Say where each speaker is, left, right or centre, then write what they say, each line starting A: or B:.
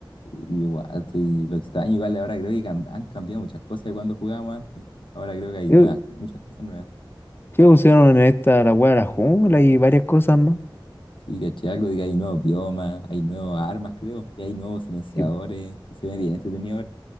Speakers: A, on the left; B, on the left.
A: Y igual, estoy- lo extraño, igual ahora creo que cam- han cambiado muchas cosas de cuando jugábamos antes. Ahora creo que hay
B: ¿Qué,
A: nuevas, muchas cosas nuevas.
B: qué pusieron en esta, la weá de la jungla y varias cosas más?
A: Sí, caché algo de que hay nuevos biomas, hay nuevas armas, creo, y hay nuevos silenciadores,
B: Sí, po.
A: y se ve bien entretenido ahora.